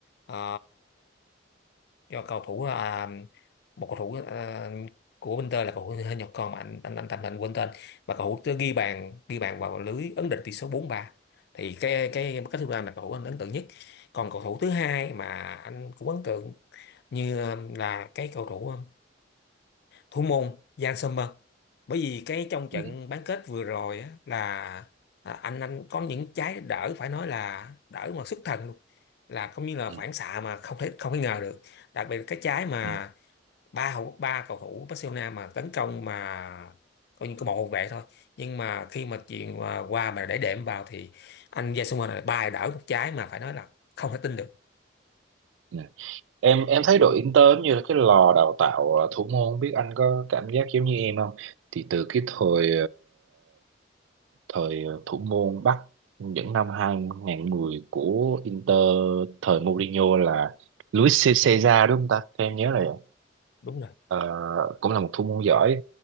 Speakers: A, on the left; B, on the right.
A: ờ, do cầu thủ à, một cầu thủ à, của Inter là cầu thủ người Nhật con mà anh anh anh tạm anh quên tên mà cầu thủ tới ghi bàn ghi bàn vào lưới ấn định tỷ số 4-3 thì cái cái cái thứ ba là cầu thủ anh ấn tượng nhất còn cầu thủ thứ hai mà anh cũng ấn tượng như à, là cái cầu thủ à, thủ môn Jan Sommer bởi vì cái trong trận
B: Ừ.
A: bán kết vừa rồi á, là à, anh anh có những trái đỡ phải nói là đỡ mà xuất thần luôn là cũng như là
B: Ừ.
A: phản xạ mà không thể không thể ngờ được đặc biệt là cái trái mà
B: Ừ.
A: ba hậu ba cầu thủ Barcelona mà tấn công mà coi như có bộ hậu vệ thôi nhưng mà khi mà chuyện qua qua mà để đệm vào thì anh Jan Sommer này ba đỡ một trái mà phải nói là không thể tin được
B: Ừ. em em thấy đội Inter giống như là cái lò đào tạo ờ, thủ môn không biết anh có cảm giác giống như em không thì từ cái thời thời ờ, thủ môn Bắc những năm 2010 của Inter thời Mourinho là Luis Cesar đúng không ta? Theo em nhớ là vậy.
A: đúng rồi
B: Ờ, cũng là một thủ môn giỏi.